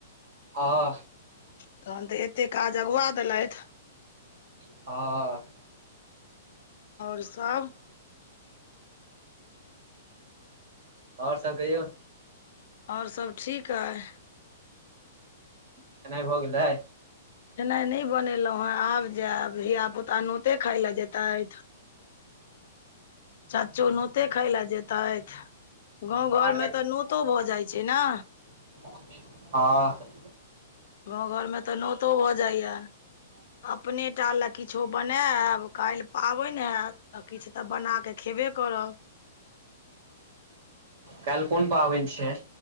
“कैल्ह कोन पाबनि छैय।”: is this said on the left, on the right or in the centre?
Right